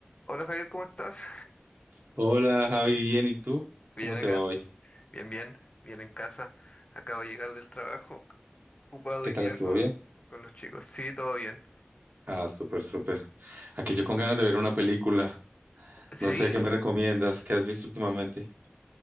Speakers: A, on the left; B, on the right.
A: Hola Javier, ¿cómo estás?
B: Hola Javi, bien, ¿y tú?
A: Bien
B: ¿Cómo te
A: acá,
B: va hoy?
A: bien, bien, bien en casa. Acabo de llegar del trabajo, ocupado
B: ¿Qué
A: y
B: tal
A: día
B: estuvo
A: con,
B: bien?
A: con los chicos. Sí, todo bien.
B: Ah, súper, súper. Aquí yo con ganas de ver una película.
A: Sí,
B: No sé, ¿qué me recomiendas? ¿Qué has visto últimamente?